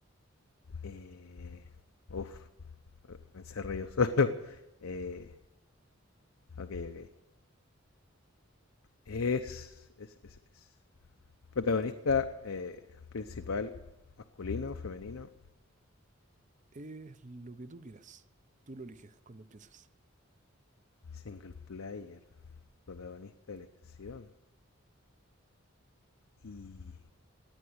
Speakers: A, on the left (about 85°); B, on the right (about 35°).
A: Eh, uf, me encerré yo <laughs> solo. Eh, ok, ok. Es, es, es, es. Protagonista eh, principal, masculino, femenino,
B: Es lo que tú quieras. Tú lo eliges cuando empiezas.
A: single player, protagonista de elección. Y...